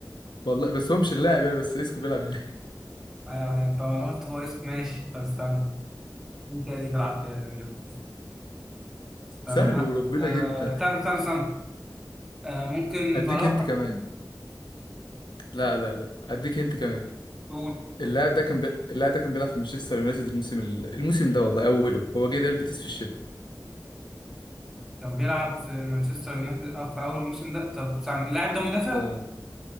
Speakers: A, on the left; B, in the centre.
A: والله بس هو مش اللاعب يعني بس اسكو بيلعب هناك
B: ايوه ايوه طب انا قلت هو اسكو ماشي طب استنى مين تاني بيلعب في ريال بيتيس؟
A: <laughs>
B: استنى
A: سهل وربنا
B: آه،
A: جدا
B: استنى استنى استنى آه، ممكن
A: هديك
B: فاران
A: انت
B: مثلا
A: كمان لا لا لا هديك انت كمان
B: قول
A: اللاعب ده كان بي... اللاعب ده كان بيلعب في مانشستر يونايتد الموسم ال... الموسم ده والله اوله هو جه ريال بيتيس في الشتاء
B: كان بيلعب في مانشستر يونايتد أه، في اول الموسم ده طب استنى اللاعب ده مدافع
A: آه